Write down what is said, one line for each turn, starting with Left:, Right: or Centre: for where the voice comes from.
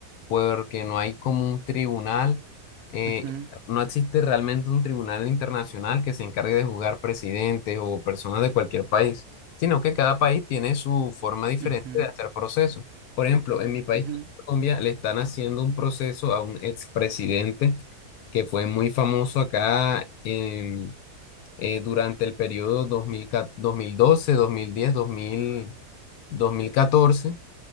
Left: porque no hay como un tribunal, eh,
Right: Ujú,
Left: no existe realmente un tribunal internacional que se encargue de juzgar presidentes o personas de cualquier país, sino que cada país tiene su forma diferente
Right: ujú,
Left: de hacer procesos. Por ejemplo, en mi país
Right: ujú,
Left: Colombia le están haciendo un proceso a un expresidente que fue muy famoso acá en- eh, durante el periodo dos mil doce, dos mil diez, dos mil, dos mil catorce